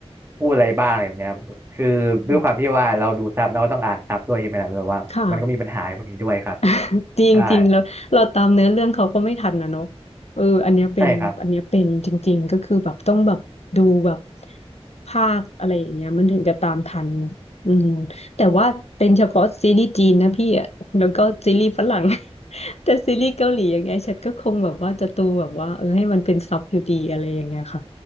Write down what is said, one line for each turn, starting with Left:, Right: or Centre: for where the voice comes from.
Right: พูดอะไรบ้างอะไรแบบเนี้ยคือด้วยความที่ว่าเราดูซับเราก็ต้องอ่านซับด้วยใช่ไหมล่ะแบบว่ามันก็มีปัญหาพวกนี้ด้วยครับ
Left: อ่าค่ะ <laughs> จริงจริงแล้วเราตามเนื้อเรื่องเขาก็ไม่ทันนะเนาะ
Right: ใช่
Left: เอออันเนี้ยเป็นอันเนี้ยเป็นจริงๆก็คือแบบต้องแบบดูแบบ
Right: ใช่ครับ
Left: ภาคอะไรอย่างเงี้ยมันถึงจะตามทันอืมแต่ว่าเป็นเฉพาะซีรีส์จีนนะพี่อะแล้วก็ซีรีส์ฝรั่ง <laughs> แต่ซีรีส์เกาหลีอย่างเงี้ยฉันก็คงแบบว่าจะดูแบบว่าเออให้มันเป็นซับอยู่ดีอะไรอย่างเงี้ยค่ะ